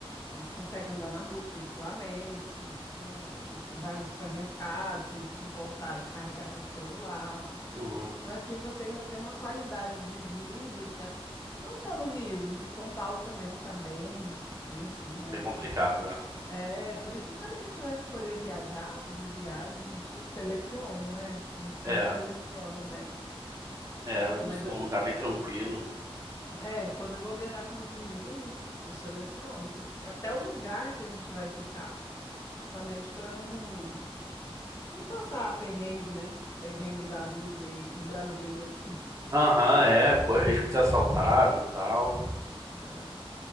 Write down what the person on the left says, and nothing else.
Aí você consegue andar na rua tranquilamente, eh, você vai a um supermercado sem se importar de carregar seu celular.
Então aqui você ainda tem uma qualidade de vida que a- não só no Rio, no- em São Paulo também está bem, bem assim, né?
Então
é por isso que quando a gente vai escolher viajar, fazer viagem, a gente seleciona, né? A gente sempre
seleciona bem.
Mas
É, quando eu vou viajar com os meninos, eu seleciono, porque até o lugar que a gente vai ficar, justamente para não, não passar perrengue, né? Perrengue da vida e do brasileiro.
É.